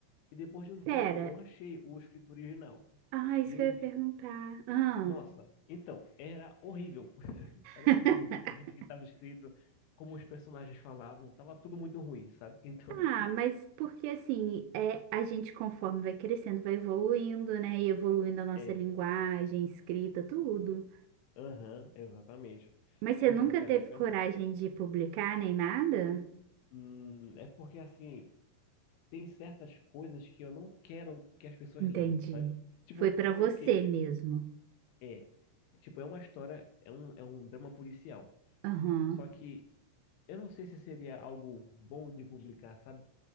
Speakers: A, on the left (about 80°); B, on the right (about 85°).
A: E depois de um
B: Pera,
A: tempo eu achei o escrito original
B: Ah, isso
A: e eu
B: que eu
A: li.
B: ia perguntar. Ah.
A: Nossa, então, era horrível. <laughs> Era
B: <laughs>
A: horrível o jeito que estava escrito, como os personagens falavam, tava tudo muito ruim, sabe? <laughs> Então,
B: Ah, mas porque assim, é, a gente conforme vai crescendo, vai evoluindo, né? E evoluindo a nossa
A: é,
B: linguagem, escrita, tudo.
A: aham, exatamente.
B: Mas você
A: Pois
B: nunca
A: é, naquela
B: teve
A: época,
B: coragem de publicar nem nada?
A: hum, é porque assim, tem certas coisas que eu não quero que as pessoas
B: Entendi.
A: leiam, sabe? Tipo,
B: Foi pra
A: eu,
B: você
A: ok, é tipo,
B: mesmo.
A: é. Tipo, é uma história, é um, é um drama policial.
B: Aham.
A: Só que eu não sei se seria algo bom de publicar, sabe?